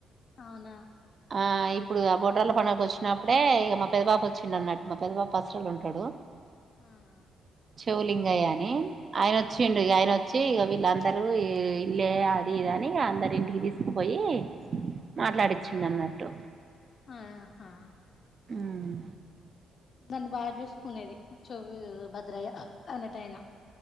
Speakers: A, on the left; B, on the right.
A: అవునా
B: ఆ ఇప్పుడు ఆ బోడ్రాల పండుగకి వచ్చినప్పుడే ఇగ మా పెద్ద బాపు వచ్చిండి అన్నట్టు మా పెద్ద బాపు పసరల ఉంటడు.
A: ఆ ఆ
B: చెవ్వు లింగయ్య అని ఆయన వచ్చిండు ఇగ ఆయన వచ్చి ఇగ వి ఈళ్ళందరూ ఇల్లే అది ఇదని అందరి ఇంటికి తీసుకుపోయి మాట్లాడిచిండు అన్నట్టు
A: ఆహా
B: ఉమ్
A: నన్ను బాగా చూసుకునేది చెవ్వు భద్రయ్య అనటైనా